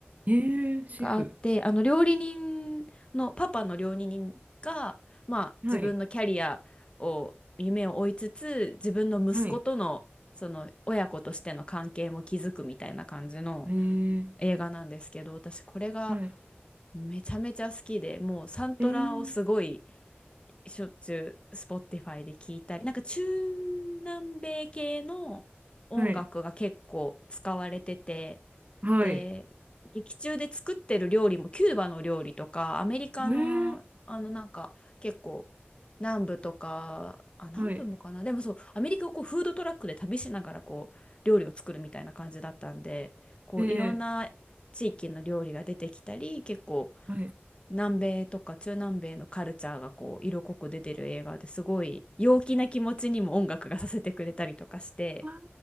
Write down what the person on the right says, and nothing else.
えー、シェフ。
はい。
はい。えー、
はい。
えー、
はい。はい。
えー、
はい。えー、はい。
あ